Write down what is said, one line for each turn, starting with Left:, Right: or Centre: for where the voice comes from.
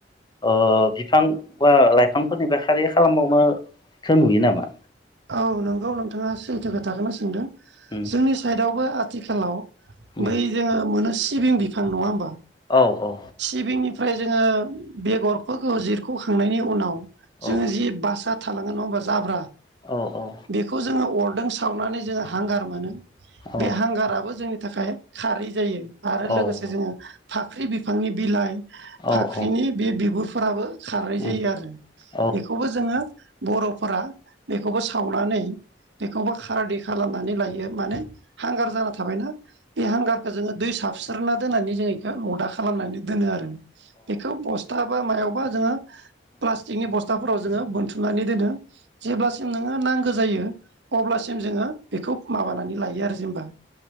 Left: ओ बिफां बा लाइफांफोरनिफ्राय खारै खालामबावनायखौ नुयो नामा?
Right: औ नंगौ नोंथाङा सैथो खोथाखौनो सोंदों
Left: उम
Right: जोंनि साइडआवबो आथिखालाव
Left: उम
Right: बै जे मोनो सिबिं बिफां नङा होमबा?
Left: औ औ
Right: सिबिंनिफ्राय जोङो बेगरफोरखौ जिरख'खांनायनि उनाव जोङो
Left: औ
Right: जि बासा थालाङो नङा होमबा जाब्रा
Left: औ औ
Right: बेखौ जोङो अरदों सावनानै जोङो हांगार मोनो
Left: औ
Right: बे हांगाराबो जोंनि थाखाय खारै जायो आरो
Left: औ
Right: लोगोसे जोङो फाख्रि बिफांनि बिलाइ
Left: औ
Right: फाख्रिनि
Left: औ
Right: बे बिगुरफोराबो खारै
Left: उम
Right: जायो आरो
Left: औ अ औ अ औ
Right: बेखौबो जोङो बर'फोरा बेखौबो सावनानै बेखौबो खारदै खालामनानै लायो माने हांगार जाना थाबायना बे हांगारखौ जोङो दै साबस्रोना दोननानै जोङो बेखौ अदा खालामनानै दोनो आरो बेखौ बस था बा मायावबा जोङो प्लास्टिकनि बस्थाफोराव जोङो बोनथुमनानै दोनो जेब्लासिम नोंथाङा नांगौ जायो अब्लासिम जोङो बेखौ माबानानै लायो आरो जेनबा